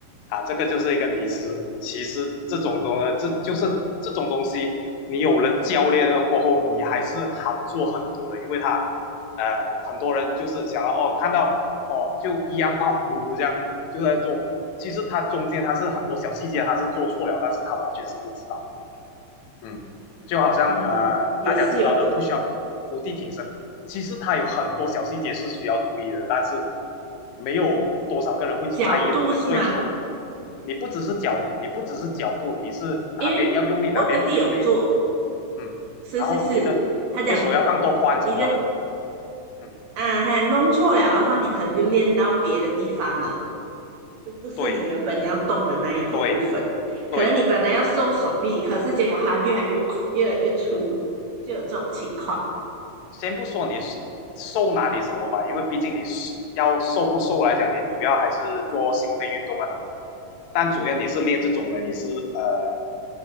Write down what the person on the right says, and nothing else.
嗯，<laughs> 也是有可能
角度是吗？
因为我弟弟有做，
是是是，
他讲你的
啊，他讲弄错了的话，你可能就练到别的地方了。就不是你原本你要动的那一个部分。
可能你本来要瘦手臂，可是结果它越来越越来越粗，就有这种情况